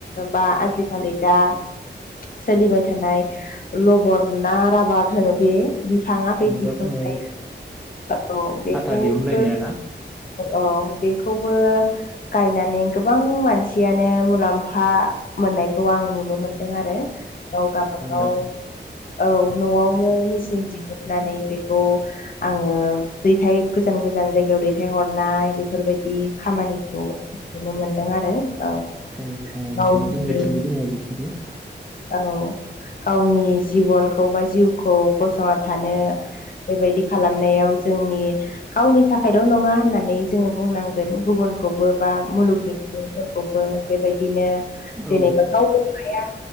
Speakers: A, on the left; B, in the centre.
A: बा आजिखालि दा सोलिबाय थानाय लबर ना राबार होनो बे बिफाङा बोय दिहुनग्राया
B: औ औ
A: औ बेखौबो
B: आथा दिहुनलायनाया ना औ
A: अ बेखौबो गायनानै गोबां मानसियानो मुलाम्फा मोननायखौ आं नुनो मो दों आरो गाव गाबागाव
B: औ
A: औ न'आवनो मेचिन दिहुननानै बेखौ आङो दैथाय गोजान गोजान जायगायाव दैथाय हरनाय बेफोरबायदि खामानिखौ नुनो मोनदों आरो औ
B: <unintelligible> नोंथां
A: गावनि
B: जोंनिथिंबो दङ बिब्दिनो
A: औ गावनि जिबनखौ बा जिउखौ गसंना थानो बेबायदि खालामनायाव जोंनि गावनि थाखायल' नङा होननानै जोङो बुंनांगोन गुबुनखौबो बा मुलुगनि सुबुंफोरखौबो बेबायदिनो
B: औ
A: जेनेबा गाव हाया